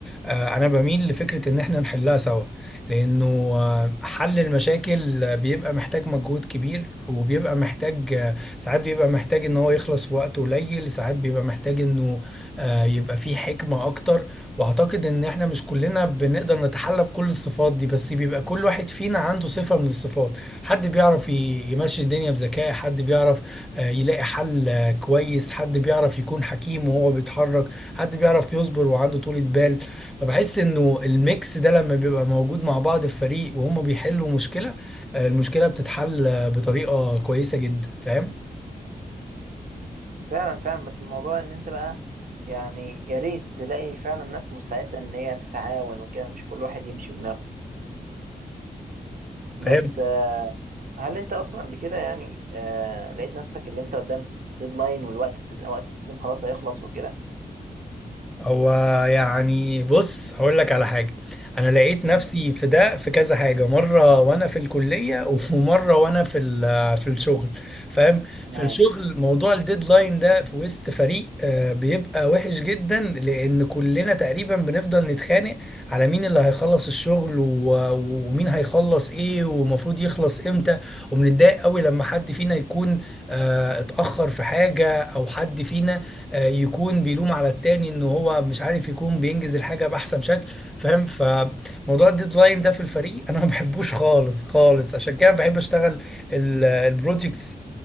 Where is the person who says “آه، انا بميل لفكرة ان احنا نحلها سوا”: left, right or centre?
Centre